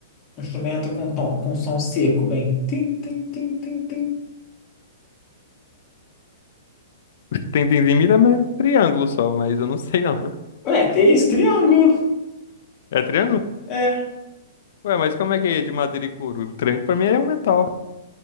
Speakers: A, on the left; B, on the left.
A: um instrumento com, tom, com som seco, bem. Tim, tim, tim, tim, tim.
B: tem Tentendimida é triângulo só, mas eu não sei não.
A: Ué, tem esse triângulo.
B: É triângulo?
A: É.
B: Ué, mas como é que é de madeira e couro? O triângulo pra mim é um metal.